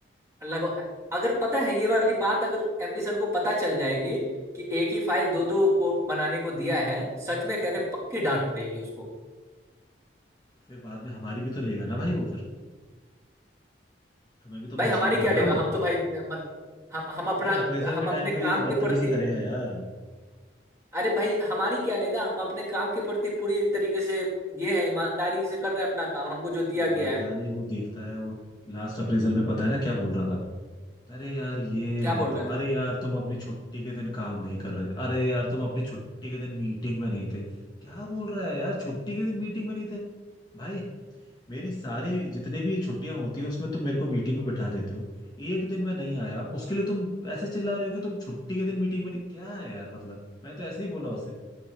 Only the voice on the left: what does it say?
फिर-
तो फिर बाद में हमारी भी तो लेगा ना भाई वो फिर हमें भी तो
परेशान
करेगा
वो
अरे अप्रेजल
के
टाइम पे
ये
बदतमीजी
करेगा यार
अरे
ईमानदारी
वो देखता है वो लास्ट अप्रेजल में पता है ना क्या बोल रहा था अरे यार ये
नहीं
था
अरे
यार तुम अपनी छुट्टी के दिन काम नहीं कर रहे थे अरे यार तुम अपनी छुट्टी के दिन मीटिंग में नहीं थे क्या बोल रहा है यार छुट्टी के दिन मीटिंग में नहीं थे भाई मेरी सारी जितने भी छुट्टियां होती है उसमें तुम मेरे को मीटिंग में बिठा देते हो एक दिन मैं नहीं आया उसके लिए तुम ऐसे चिल्ला रहे हो कि तुम छुट्टी के दिन मीटिंग में नहीं क्या है यार मतलब मैं तो ऐसे ही बोला उसे